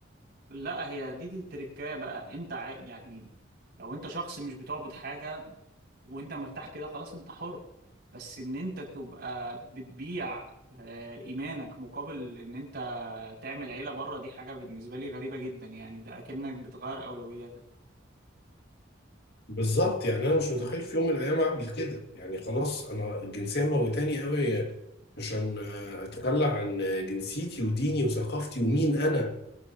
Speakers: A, on the right; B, on the left.
A: لا هي دي التركاية بقى أنت عا... يعني لو أنت شخص مش بتعبد حاجة وأنت مرتاح كده خلاص أنت حر بس إن أنت تبقى بتبيع آه، إيمانك مقابل إن أنت تعمل عيلة بره دي حاجة بالنسبة لي غريبة جدا يعني ده أكنك بتغير أولوياتك
B: بالظبط يعني انا مش متخيل في يوم من الايام اعمل كده يعني خلاص انا الجنسية موتاني قوي عشان اتخلى عن جنسيتي وديني وثقافتي ومين انا